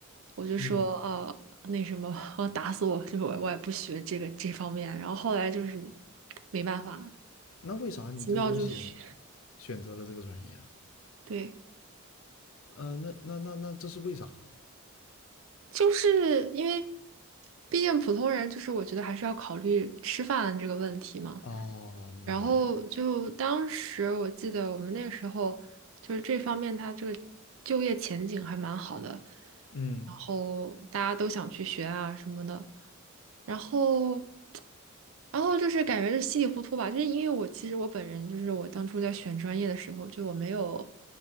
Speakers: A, on the right; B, on the left.
A: 我就说啊、
B: 嗯，
A: 那什么，<laughs> 我打死我，就是我我也不学这个这方面。然后后来就是没办法，
B: 那为啥你最终选
A: 奇妙就学，
B: 选择了这个专业啊？
A: 对，
B: 呃，那那那那这是为啥啊？
A: 就是因为毕竟普通人，就是我觉得还是要考虑吃饭这个问题嘛。
B: 哦，明白。
A: 然后就当时我记得我们那个时候就是这方面，它这个就业前景还蛮好的，
B: 嗯，
A: 然后大家都想去学啊什么的，然后。然后就是感觉就稀里糊涂吧，就是因为我其实我本人就是我当初在选专业的时候，就我没有